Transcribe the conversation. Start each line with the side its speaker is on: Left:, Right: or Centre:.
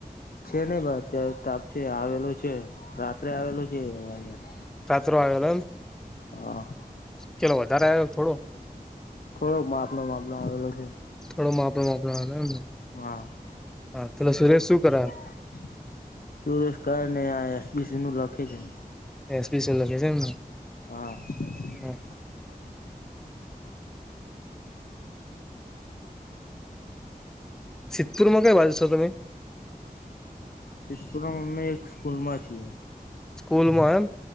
Left: છે નહિ ભાઈ અત્યારે સ્ટાફ છે આવેલો છે રાત્રે આવેલો છે એવુ અહીંયા
Centre: તાત્રો આવેલો એમ
Left: હા.
Centre: ચલો વધારે આયો થોડો
Left: થોડોક માપનો માપનો આવેલો છે.
Centre: થોડો માપનો માપનો આવેલો એમને
Left: હા
Centre: હા પેલો સુરેશ શું કર
Left: <inaudible> સુરેશ કાઈ ને આયા ઓ બી સી નું લખે છે.
Centre: એ સ્પેશયલ જ છે ને એમ
Left: હા. <inaudible>
Centre: હા સિદ્ધપુરમાં કઈ બાજુ છો તમે
Left: સિદ્ધપુરમાં અમે એક સ્કૂલ માં છીએ
Centre: સ્કૂલ માં એમ